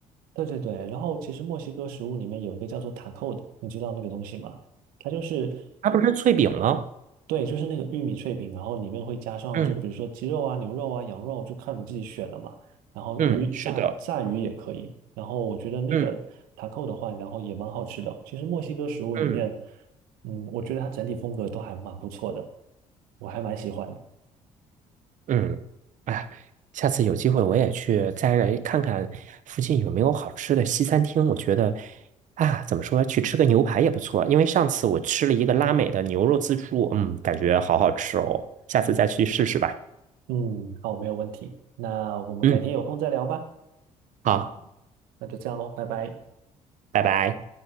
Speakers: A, on the right (about 80°); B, on the right (about 60°).
A: 对对对，然后其实墨西哥食物里面有一个叫做塔扣的，你知道那个东西吗？它就是
B: 它不是脆饼吗？
A: 对，就是那个玉米脆饼，然后里面会加上就比如说鸡肉啊、
B: 嗯
A: 牛肉啊、羊肉，就看你自己选了嘛。然后鱼炸炸鱼也可以。
B: 嗯，是的，
A: 然后我觉得那个塔扣的话，
B: 嗯
A: 然后也蛮好吃的。其实墨西哥食物里面，
B: 嗯。
A: 嗯，我觉得它整体风格都还蛮不错的，我还蛮喜欢的。
B: 嗯，哎呀下次有机会我也去再来看看附近有没有好吃的西餐厅。我觉得啊，怎么说，去吃个牛排也不错。因为上次我吃了一个拉美的牛肉自助，嗯，感觉好好吃哦。下次再去试试吧。
A: 嗯，好，没有问题。那我们改天有空再聊吧。
B: 嗯，好，
A: 那就这样喽，拜拜。
B: 拜拜。